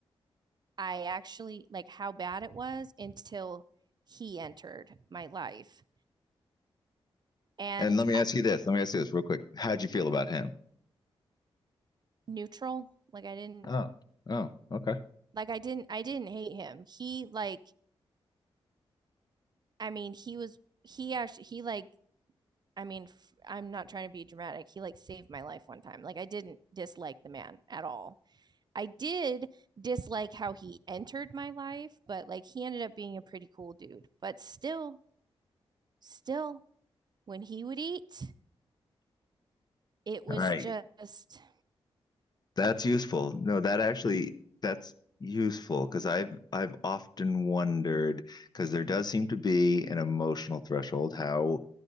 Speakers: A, on the right; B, on the left.
A: i actually like how bad it was until he entered my life and
B: And let me
A: I,
B: ask you this. Let me ask you this real quick. How'd you feel about him?
A: neutral like i didn't
B: Oh, oh, okay.
A: like i didn't i didn't hate him he like I mean, he was he actually he like I mean, f I'm not trying to be dramatic. He like saved my life one time. Like I didn't dislike the man at all. I did dislike how he entered my life, but like he ended up being a pretty cool dude. But still, still, when he would eat, it was
B: All right.
A: just
B: That's useful. No, that actually that's useful because I've I've often wondered because there does seem to be an emotional threshold how